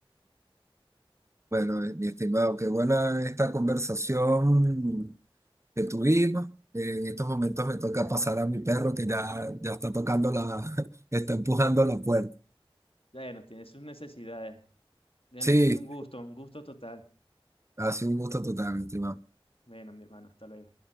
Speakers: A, on the right; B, on the left.
A: Bueno, eh, mi estimado, qué buena esta conversación que tuvimos. Eh, En estos momentos me toca pasar a mi perro que ya, ya está tocando la, <laughs> está empujando la puerta.
B: Bueno, tiene sus necesidades. Bueno,
A: Sí,
B: ha sido un gusto, un gusto total.
A: ha sido un gusto total, mi estimado.
B: Bueno, mi hermano, hasta luego.